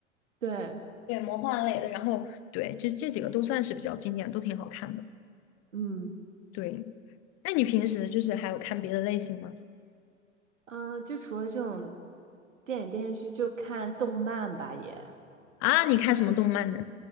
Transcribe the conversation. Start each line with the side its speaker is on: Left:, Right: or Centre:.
Right: 对，
Left: 对，魔幻类的，然后对，这这几个都算是比较经典，都挺好看的。
Right: 嗯
Left: 对，那你平时就是还有看别的类型吗？
Right: 嗯，呃就除了这种电影电视剧，就看动漫吧也。
Left: 啊，你看什么动漫呢？